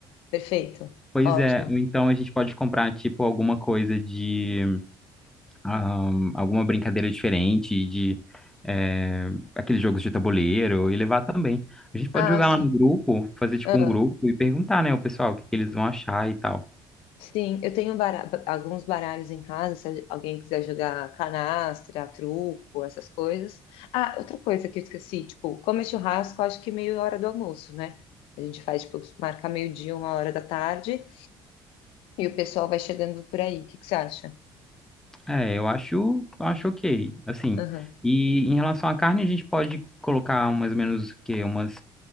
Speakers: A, on the left; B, in the centre.
A: Perfeito.
B: Pois
A: Ótimo.
B: é, ou então a gente pode comprar, tipo, alguma coisa de, ahn, alguma brincadeira diferente, de, eh, aqueles jogos de tabuleiro, e levar também. A gente pode
A: Ah,
B: jogar
A: sim.
B: lá no grupo, fazer, tipo,
A: Ah.
B: um grupo e perguntar, né, o pessoal o que que eles vão achar e tal.
A: Sim, eu tenho bara- alguns baralhos em casa, se alguém quiser jogar canastra, truco, essas coisas. Ah, outra coisa que eu esqueci, tipo, como é churrasco, acho que meia hora do almoço, né? A gente faz, tipo, marca meio-dia, uma hora da tarde, e o pessoal vai chegando por aí. O que que você acha?
B: É, eu acho, eu acho ok, assim.
A: Aham,
B: E em relação à carne, a gente pode colocar mais ou menos o quê? Umas,